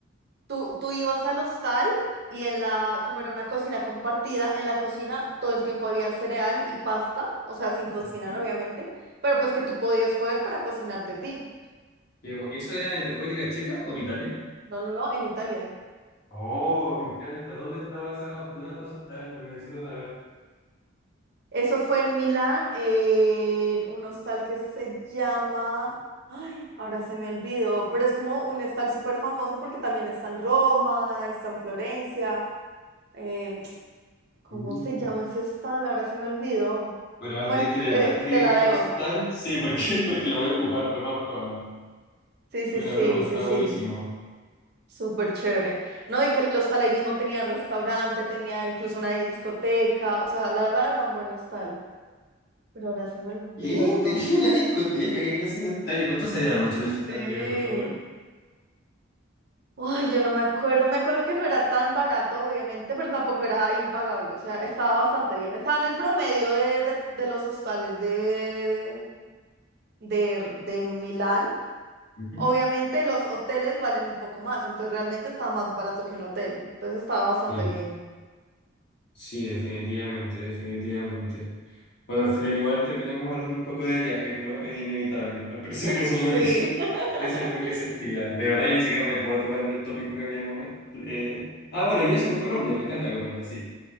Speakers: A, on the right (about 50°); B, on the left (about 55°).
A: tú, tú ibas al hostal y en la, como era una cocina compartida, en la cocina todo el tiempo había cereal y pasta, o sea, sin cocinar,
B: Ujú.
A: obviamente, pero pues que tú podías coger para cocinarte a ti.
B: Qué gu- ¿Eso era en República Checa o en Italia?
A: No, no, no, en Italia.
B: Oh, me encanta. ¿Dónde estaba esa, dónde está esos tal? Lo necesito saber.
A: Eso fue en Milán, en un hostal que se llama... Ay, ahora se me olvidó, pero es como un hostal súper famoso porque también está en Roma, está en Florencia. em, ¿cómo
B: Mm.
A: se llama ese hostal? Ahora se me olvidó.
B: Bueno, vas
A: Bueno,
B: a tener que de verdad
A: te,
B: escribirme
A: te la debo.
B: con esos tal. Sí, porque <laughs> Porque lo voy a ocupar, lo más probable.
A: Sí, sí,
B: Fue una
A: sí,
B: broma, está
A: sí, sí.
B: buenísimo.
A: Súper chévere. No, y que el hostal ahí mismo tenía restaurante, tenía incluso una discoteca. O sea, la verdad era un buen hostal, pero ahora se me olvidó
B: ¿Y?
A: el
B: ¿Tenía
A: nombre.
B: una discoteca? ¿Qué clase de hostal? ¿Y cuánto salía la noche en ese hostal?
A: Sí.
B: Dime, por favor.
A: Ay, yo no me acuerdo. Me acuerdo que no era tan barato, obviamente, pero tampoco era impagable. O sea, estaba bastante bien. Estaba en el promedio de, de- de los hostales de, de, de Milán.
B: Ujú.
A: Obviamente, los hoteles valen un poco más, entonces realmente estaba más barato que un hotel. Entonces estaba bastante
B: Sí.
A: bien.
B: Sí, definitivamente, definitivamente. Bueno, al final igual terminamos hablando un poco de viajes, ¿no? Es inevitable. Al parecer
A: <laughs>
B: eso
A: Sí.
B: es lo que,
A: <laughs>
B: <laughs> eso es lo que se estila. De verdad yo ni siquiera recuerdo cuál era el tópico que habíamos... eh, Ah, bueno, y eso con Colombia, me encanta Colombia, sí.